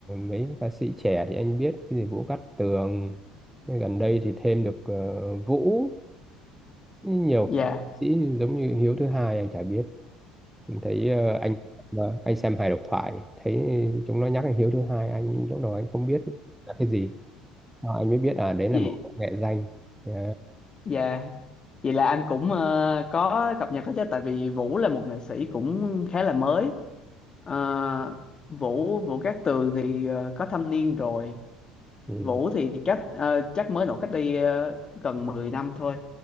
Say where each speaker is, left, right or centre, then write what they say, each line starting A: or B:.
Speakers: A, in the centre; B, on the left.
A: mấy ca sĩ trẻ thì anh biết cái gì Vũ Cát Tường Nhưng gần đây thì thêm được ờ, Vũ nhiều
B: dạ
A: ca sĩ giống như Hiếu thứ hai anh chả biết Mình thấy ờ, anh mà anh xem hài độc thoại thấy chúng nó nhắc đến Hiếu thứ hai anh lúc đầu anh không biết là cái gì Sau anh mới biết à đấy là
B: gì
A: một nghệ danh Đó.
B: dạ Vậy là anh cũng ờ, có cập nhật hết chứ tại vì Vũ là một nghệ sĩ cũng khá là mới. Ờ, Vũ Vũ Cát Tường thì ờ, có thâm niên rồi.
A: ừ.
B: Vũ thì cách ờ, chắc mới nổi cách đây ờ, gần 10 năm thôi.